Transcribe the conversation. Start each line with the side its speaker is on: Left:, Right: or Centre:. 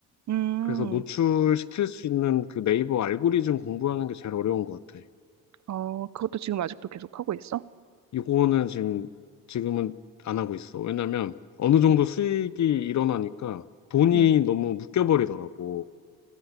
Right: 음,
Left: 그래서 노출시킬 수 있는 그 네이버 알고리즘 공부하는 게 제일 어려운 것 같아.
Right: 어, 그것도 지금 아직도 계속 하고 있어?
Left: 이거는 지금, 지금은 안 하고 있어. 왜냐면 어느 정도
Right: 응,
Left: 수익이 일어나니까 돈이
Right: 응.
Left: 너무 묶여버리더라고.